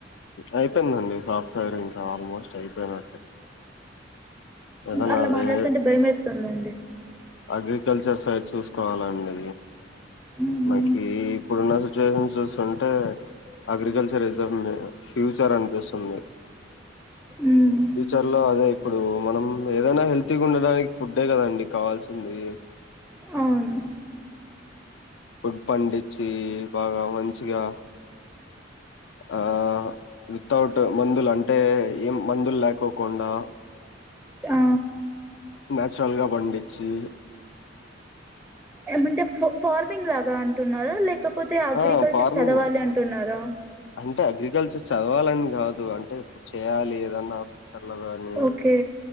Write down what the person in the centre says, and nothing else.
అలా మాట్లాడుతుంటే
భయం వేస్తుందండి
హ్మ్.
హ్మ్.
అవును
ఆ
ఏమంటే ఫార్మింగ్ లాగా అంటున్నారు లేక కాకపోతే అగ్రికల్చర్
చదవాలి అంటున్నారా
ఓకే.